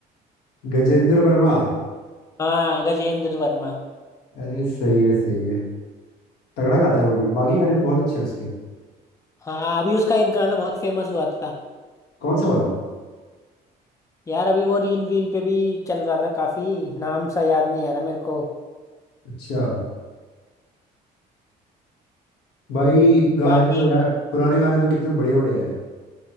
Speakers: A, on the left; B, on the left.
A: गजेंद्र वर्मा
B: हाँ गजेंद्र वर्मा
A: अरे सही है सही है तगड़ा गाता है वो भी बाकी गाने भी बहुत अच्छे हैं उसके
B: हाँ अभी उसका एक गाना बहुत फेमस हुआ था
A: कौन सा वाला
B: यार अभी वो रील वील पे भी चल रहा था काफी नाम सा याद नहीं आ रहा मेरे को
A: अच्छा भाई गाने
B: बाकी
A: तो यार पुराने गाने तो कितने बढ़िया बढ़िया है